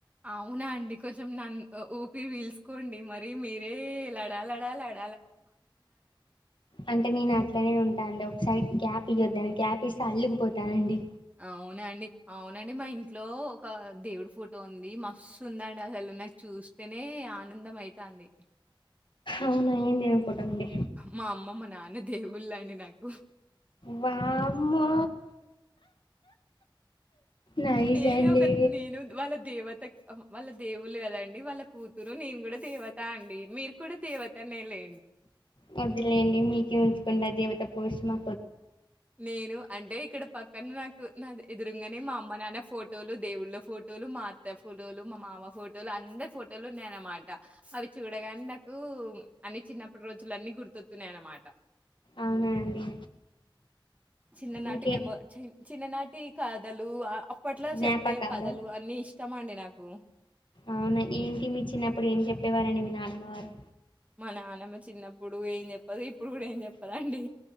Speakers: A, on the right; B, on the left.
A: అవునా అండి కొంచెం నన్ ఊపిరి వీల్సుకోండి మరి మీరే లడా లడా ల
B: అంటే నేను అట్లనే ఉంటా అండి ఒకసారి గ్యాప్ అయ్యిందని గ్యాప్ ఇస్తే అల్లుకుపోతానండి
A: అవునండి అవునండి మా ఇంట్లో ఒక దేవుడి ఫోటో ఉంది మస్తు ఉందండి అసలు నాకు చూస్తేనే ఆనందం అయితంది
B: అవునా ఏం దేవును ఫోటో అండి
A: మా అమ్మమ్మ, నాన్న దేవుళ్ళు అండి నాకు
B: వామ్మో నైస్
A: నేనే
B: అండి
A: ఒక నేను వాళ్ళ దేవత వాళ్ళ దేవుళ్ళ కదాండి వాళ్ళ కూతురు నేను కూడా దేవత అండి మీరు కూడా దేవతనేలే
B: వద్లేండి మీకే ఉంచకుండా దేవత పోష్మా
A: నేను అంటే ఇక్కడ పక్కన నాకు నాది ఎదురుగానే మా అమ్మ నాన్న ఫోటోలు దేవుళ్ళ ఫోటోలు మా అత్త ఫోటోలు మా మామ ఫోటోలు అందరి ఫోటోలు ఉన్నాయన్నమాట అవి చూడగానే నాకు అన్ని చిన్నప్పటి రోజులున్ని గుర్తొతున్నాయ అన్నమాట
B: అవునా అండి
A: చిన్ననాటి
B: ఇంకే
A: మెము చిన్ననాటి కథలు అప్పట్లో
B: జ్ఞాపకాలు
A: చెప్పే కథలు అన్నీ ఇష్టమండి నాకు.
B: అవునా ఏంటి మీ చిన్నప్పుడు ఏం చెప్ చెప్పేవారని మీ నానమ్మవారు
A: మా నానమ్మ చిన్నప్పుడు ఏం చెప్పదు ఇప్పుడు కూడా ఏం చెప్పదండి